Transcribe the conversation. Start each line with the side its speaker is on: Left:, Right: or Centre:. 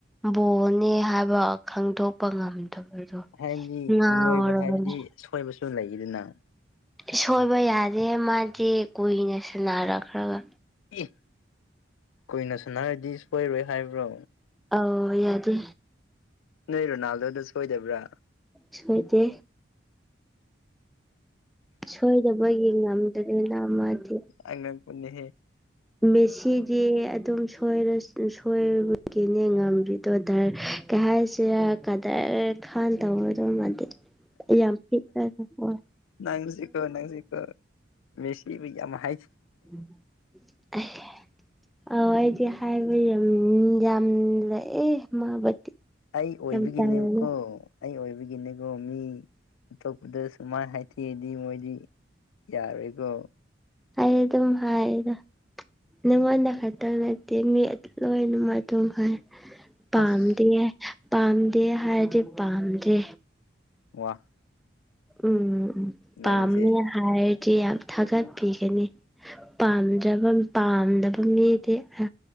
Centre: ꯕꯣꯜꯅꯦ ꯍꯥꯏꯕ ꯈꯪꯗꯣꯛꯄ ꯉꯝꯗꯕ
Left: ꯍꯥꯏꯕꯗꯤ
Centre: ꯉꯥꯎꯔꯕꯅ‌ꯦ
Left: ꯃꯤꯑꯣꯏꯕ ꯍꯥꯏꯕꯗꯤ ꯁꯣꯏꯕꯁꯨ ꯂꯩꯗꯅ
Centre: ꯁꯣꯏꯕ ꯌꯥꯗꯦ ꯃꯥꯗꯤ ꯀꯨꯏꯅ ꯁꯅꯔꯛꯈ꯭ꯔꯒ
Left: ꯑꯦ ꯀꯨꯏꯅ ꯁꯥꯟꯅꯔꯗꯤ ꯁꯣꯏꯔꯣꯏ ꯍꯥꯏꯕ꯭ꯔꯣ
Centre: ꯑꯥꯎ ꯌꯥꯗꯦ꯫
Left: ꯅꯣꯏ ꯔꯣꯅꯥꯜꯗꯣꯗ ꯁꯣꯏꯗꯕ꯭ꯔꯥ
Centre: ꯁꯣꯏꯗꯦ ꯁꯣꯏꯗꯕꯒꯤ ꯉꯝꯗ꯭ꯔꯦꯅ ꯃꯥꯗꯤ
Left: ꯑꯉꯛꯄꯅꯦꯍꯦ
Centre: ꯃꯦꯁꯤꯗꯤ ꯑꯗꯨꯝ ꯁ‌ꯣꯏꯔ ꯁꯣꯏꯕꯒꯤꯅꯦ <unintelligible> ꯉꯝꯗ꯭ꯔꯤ ꯗꯨꯗꯔ ꯀꯩ ꯍꯥꯏꯁꯤꯔꯥ ꯀꯗꯔ ꯈꯥꯟ ꯇꯧꯕꯗ‌ꯣ ꯃꯥꯗꯤ ꯌꯥꯝ ꯄꯤꯛꯑꯒꯀ‌ꯣ
Left: ꯅꯪꯖꯤꯀꯣ ꯅꯪꯖꯤꯀꯣ ꯃꯦꯁꯤꯕꯨ ꯌꯥꯝ ꯍꯥꯏ꯫
Centre: <unintelligible> ꯑꯥꯎ ꯑꯩꯗꯤ ꯍꯥꯏꯕ ꯌꯥꯝ ꯌꯥꯝ ꯂꯩꯑ‌ꯦ ꯃꯥꯕꯨꯗꯤ
Left: ꯑꯩ ꯑꯣꯏꯕꯒꯤꯅꯦꯕꯀꯣ
Centre: ꯌꯥꯝ ꯇꯜꯂꯦ
Left: ꯑꯩ ꯑꯣꯏꯕꯒꯤꯅꯦꯀꯣ ꯃꯤ ꯑꯇꯣꯞꯄꯗ ꯁꯨꯃꯥꯏꯅ ꯍꯥꯏꯊꯤꯔꯗꯤ ꯃꯣꯏꯗꯤ ꯌꯥꯔꯣꯏꯀꯣ
Centre: ꯑꯩ ꯑꯗꯨꯝ ꯍꯥꯏꯗ ꯅꯪꯉꯣꯟꯗ ꯈꯛꯇꯪ ꯅꯠꯇꯦ ꯃꯤ ꯂꯣꯏꯅꯛ ꯑꯗꯨꯝ ꯍꯥꯏ ꯄꯥꯝꯗꯦ
Left: ꯑꯁ
Centre: ꯄꯥꯝꯗꯦ ꯍꯥꯏꯔꯗꯤ ꯄꯥꯝꯗꯦ
Left: ꯋꯥ
Centre: ꯎꯝ ꯄꯥꯝꯃꯦ
Left: ꯅꯪꯁꯦ
Centre: ꯍꯥꯏꯔꯗꯤ ꯌꯥꯝ ꯊꯥꯒꯠꯄꯤꯒꯅꯤ ꯄꯥꯝꯖꯕ ꯄꯥꯝꯗꯕ ꯃꯤꯗꯤ ꯑ